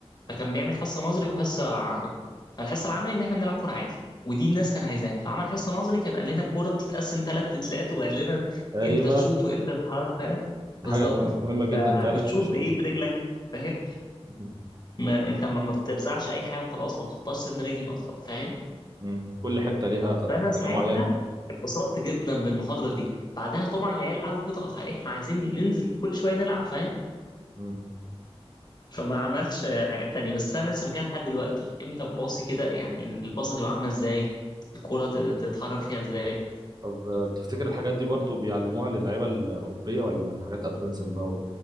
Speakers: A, on the left; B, on the right.
A: فكان بيعمل حصه نظري وحصه عملي فالحصه العملي ان احنا بنلعب كوره عادي ودي الناس كان عايزاها فعمل حصه نظري كان قال لنا الكوره بتتقسم ثلاث تتلات وقال لنا
B: ايوه
A: انت تشوط وانت تتحرك فاهم
B: دي
A: بالظبط
B: حاجه مه- مهمه
A: فبتشوط
B: جدا فعلا في الشغل
A: بايه برجلك فاهم
B: <laughs>
A: ما انت ما ما بترزعش اي حاجه وخلاص ما بتحطهاش سن رجل ما بتحط فاهم
B: مم. كل حته ليها ط-
A: فانا
B: حاجه
A: ساعتها
B: معينه
A: اتبسطت جدا بالمحاضره دي بعدها طبعا العيال قعدت تضغط عليه احنا عايزين ننزل كل شويه نلعب فاهم
B: مم.
A: فما عملش حاجات تانية بس انا لسه فاكرها لحد دلوقتي امتى الباص كده يعني الباصه تبقى عامله ازاي الكرة ت- تتحرك فيها ازاي
B: طب آه، تفتكر الحاجات دي برضو بيعلموها للعيبه الاوروبيه ولا حاجات ادفانسد بقى